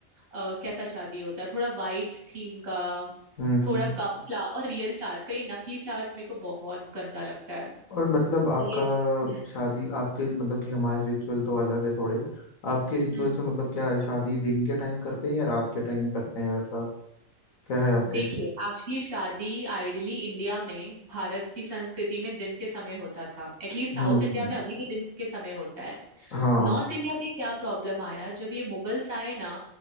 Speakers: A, on the right; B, on the left.
A: अ, कैसा शादी होता है थोड़ा वाइट थीम का
B: हम्म।
A: थोड़ा कम फ्लावर और रियल फ्लावर्स का ये नकली फ्लावर्स मेरे को बहुत गंदा लगता है
B: और मतलब आपका
A: रियल हम्म
B: शादी आपके मतलब कि हमारे रिचुअल तो अलग है थोड़े आपके रिचुअल
A: हम्म हम्म।
B: से मतलब क्या है शादी दिन के टाइम करते हैं या रात के टाइम करते हैं वैसा क्या है आपके
A: देखिए एक्चुअली शादी आइडली इंडिया में भारत की संस्कृति में दिन के समय होता था एटलीस्ट
B: हम्म
A: साउथ इंडिया में अभी भी दिन के समय होता है
B: हाँ
A: नॉर्थ इंडिया में क्या प्रॉब्लम आया जब ये मुगल्स आए ना